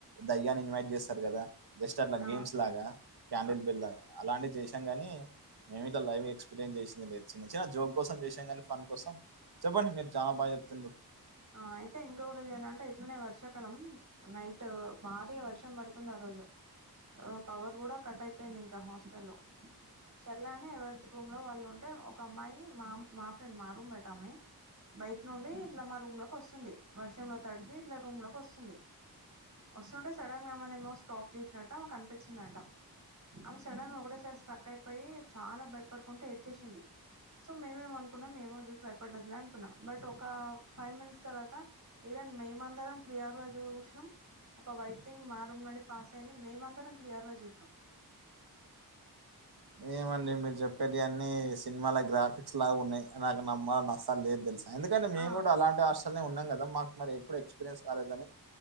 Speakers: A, on the right; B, on the right.
A: దయ్యాని ఇన్వైట్ చేస్తారు కదా జస్ట్ అట్లా
B: ఆ
A: గేమ్స్ లాగా క్యాండిల్
B: ఆ
A: బిల్ అలాంటివి చేసాం కానీ మేము ఇట్లా లైవ్ ఎక్స్పీరియన్స్ చేసింది లేదు చిన్న చిన్న జోగ్ కోసం చేసాం కానీ ఫన్ కోసం చెప్పండి మీరు చానా బాగా చెప్తుంరు.
B: ఆ అయితే ఇంకొక రోజు ఏందంటే ఇట్లనే వర్షాకాలం నైట్ భారీ గా వర్షం పడుతుంది ఆ రోజు పవర్ కూడా కట్ అయిపోయింది ఇంకా హాస్టల్ల్లో సర్లే అని ఎవరి రూమ్ లో వాళ్ళు ఉంటే ఒక అమ్మాయి మా మా ఫ్రెండ్ మా రూమ్మేట్ ఆమె బయట నుండి ఇట్లా మా రూమ్ లోకి వస్తుంది వర్షంలో తడిచి ఇట్లా రూమ్ లోకి వస్తుంది. వస్తుంటే సడన్ గా మేము స్టాప్ చేసినట్టు ఆమెకు అనిపించిందంట. ఆమె సడన్ గా ఒకోసారి స్ట్రక్ అయిపోయి చానా భయపడుకుంటు ఏడ్చేసింది. సో మేమేం అనుకున్నాం ఏమో చూసి భయపడ్డదిలే అనుకున్నాం బట్ ఒక ఫైవ్ మినిట్స్ తర్వాత ఈవెన్ మేమందరం క్లియర్ గా జూసినం ఒక వైట్ థింగ్ మా రూమ్ నుండి పాస్ అయింది మేమందరం క్లియర్ గా చూసినం
A: ఏమండి మీరు చెప్పేటియన్నీ సినిమాల గ్రాఫిక్స్ లాగ ఉన్నయ్ నాకు నమ్మాలని అస్సల్ లేదు తెలుసా ఎందుకంటే మేము
B: ఆ
A: కూడా అలాంటి హాస్టల్నే ఉన్నాం కదా మాకు మరి ఎప్పుడు ఎక్స్పీరియన్స్ కాలేదని